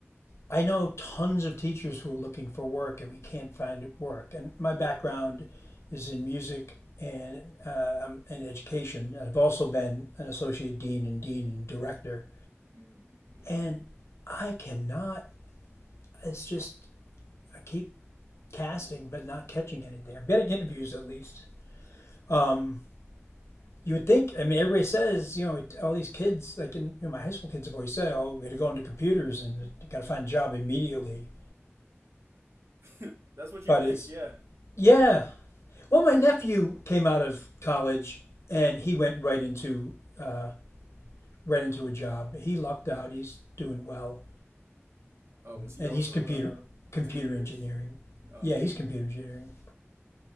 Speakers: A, on the left; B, on the right.
A: I know tons of teachers who are looking for work and we can't find work. And my background is in music and uh, um, and education. I've also been an associate dean and dean and director.
B: Mm, okay.
A: And I cannot. It's just I keep casting but not catching anything. I'm getting interviews at least. Um, you would think. I mean, everybody says you know all these kids like in you know, my high school kids have always said, "Oh, we got to go into computers and you got to find a job immediately."
B: <laughs> That's what
A: But
B: you think,
A: it's
B: yeah.
A: yeah. Well, my nephew came out of college and he went right into uh, right into a job. He lucked out. He's doing well,
B: Oh, was he
A: and
B: also
A: he's computer
B: uh
A: computer
B: into computers?
A: engineering.
B: Oh,
A: Yeah,
B: okay.
A: he's computer engineering,